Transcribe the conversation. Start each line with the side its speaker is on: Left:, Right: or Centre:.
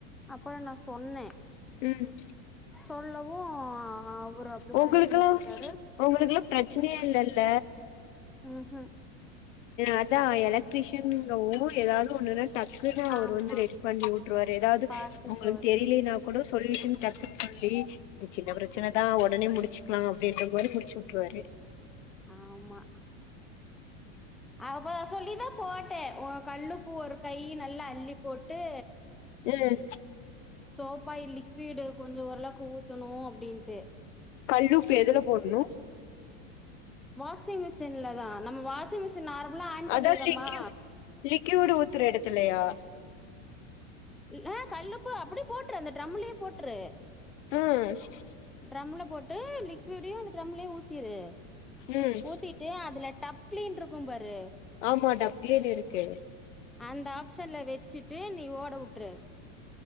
Centre: அப்புற நா சொன்னே
Left: ம்
Centre: சொல்லவு அவரு அப்டிதா
Left: உங்களுக்குல்லா
Centre: ரெடி பண்ணி கொடுத்தாரு
Left: உங்களுக்குல்லா பிரச்சனையே இல்லல்ல
Centre: ம் ஹூம்
Left: அதா எலக்ட்ரிஷியன்ங்க ஊர் எதாவது ஒன்னு டக்குன்னு அவர்
Centre: ஆமா
Left: வந்து ரெடி பண்ணி விட்ருவாரு எதாவது
Centre: பாத்துக்குவாரு
Left: உங்களுக்கு தெரியலனா கூட சொல்லி <unintelligible> டக்குன்னு சொல்லி சின்ன பிரச்சனைதா ஒடனே முடிச்சுக்கலா அப்டின்ற போது முடிச்சு விட்ருவாரு
Centre: ஆமா அவ சொல்லித்தா போட்டே ஒ கல்லுஉப்பு ஒரு கையி நல்லா அள்ளி போட்டு
Left: ம்
Centre: சோப்பு ஆயில் லிக்விடு கொஞ்ச ஓரளவுக்கு ஊத்தணு அப்டின்ட்டு
Left: கல்லூப்பு எதுல போடணு
Centre: வாஷிங் மிஷின்ல தா நம்ம வாஷிங் மிஷின் நார்மலா ஆன் பண்ணிறோமா
Left: அதா லிக்குட் லிக்யூடு ஊத்துற எடத்துலையா
Centre: ஆ கல்லுப்ப அப்படி போட்டுரு அந்த டிரம்லயே போட்ரு
Left: ம்
Centre: ட்ரம்ல போட்டு லிக்விடயும் அந்த ட்ரம்லயே ஊத்திரு
Left: ம்
Centre: ஊத்தி டேய் அதுல டப் கிளீன் இருக்கும் பாரு
Left: ஆமா டப் க்ளீன் இருக்கு
Centre: அந்த ஆப்சன்ல வச்சிட்டு நீ ஓட வுட்ரு